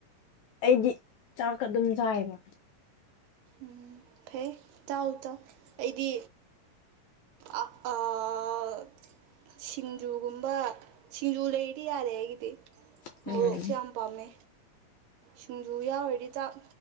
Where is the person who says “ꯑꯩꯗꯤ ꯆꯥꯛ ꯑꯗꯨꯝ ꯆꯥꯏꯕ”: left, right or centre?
Left